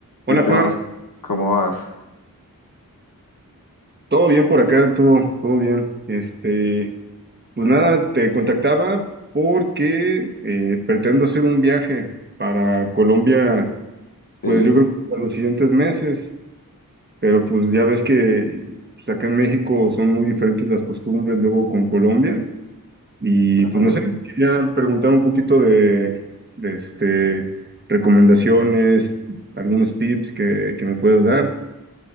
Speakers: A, on the left (about 80°); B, on the right (about 30°).
A: ¿Y
B: Hola
A: qué
B: Juan,
A: más? ¿Cómo vas?
B: todo bien por acá, todo, todo bien. Este, pues nada, te contactaba porque eh, pretendo hacer un viaje para Colombia,
A: Sí,
B: pues yo creo que a los siguientes meses, pero pues ya ves que pues, acá en México son muy diferentes las costumbres luego con Colombia y pues
A: claro.
B: no sé, quería preguntar un poquito de, de, este, recomendaciones, algunos tips que, que me puedas dar.